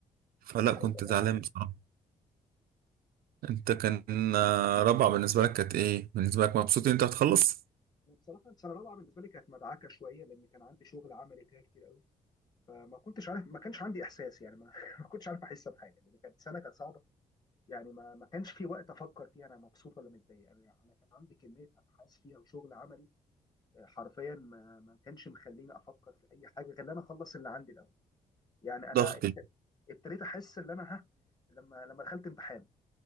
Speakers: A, on the right (about 75°); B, on the left (about 25°).
A: فلا كنت
B: أيوة،
A: زعلان بصراحه انت كان آه، رابعه بالنسبه لك كانت ايه بالنسبه لك مبسوط ان انت هتخلص
B: بصراحه السنه الرابعه بالنسبه لي كانت مدعكه شويه لان كان عندي شغل عملي فيها كتير قوي فما كنتش عارف ما كانش عندي احساس يعني ما, <laughs> ما كنتش عارف احس بحاجه لان كانت سنه كانت صعبه يعني ما ما كانش في وقت افكر فيها انا مبسوط ولا متضايق انا يعني كان عندي كميه ابحاث فيها وشغل عملي آه، حرفيا ما ما كانش مخليني افكر في اي حاجه غير ان انا اخلص اللي عندي الاول يعني انا
A: ضغط
B: ابت- ابتديت احس ان انا ها لما لما دخلت امتحان